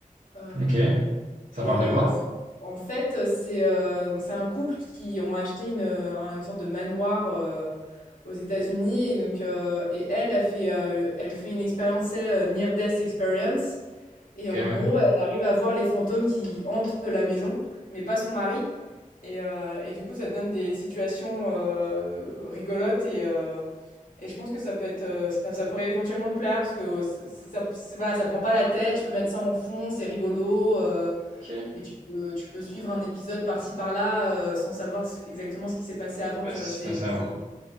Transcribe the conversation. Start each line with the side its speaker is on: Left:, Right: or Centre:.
Left: hem
Right: Ok. Ça
Left: Et
Right: parle
Left: heu,
Right: de quoi?
Left: c en fait, c'est, heu, donc c'est un couple qui ont acheté une, heu, un une sorte de manoir, heu, aux États-Unis et donc heu et elle, elle fait, heu, elle fait une expérience, tu sais, near death experience et
Right: Ok,
Left: en
Right: ouais.
Left: gros, elle arrive à voir les fantômes qui hantent la maison, mais pas son mari et heu et du coup, ça te donne des situations, heu, rigolotes et heu et je pense que ça peut être, heu, ça ça pourrait éventuellement te plaire parce que, heu, ç ça ça voilà, ça prend pas la tête, tu peux mettre ça en fond, c'est rigolo, heu
Right: Ok.
Left: et tu peux, tu peux suivre un épisode par-ci par-là, heu, sans savoir s exactement ce qui s'est passé avant,
Right: Ouais,
Left: tu
Right: ce
Left: vois?
Right: qui
Left: C'est
Right: s'est passé avant.
Left: tu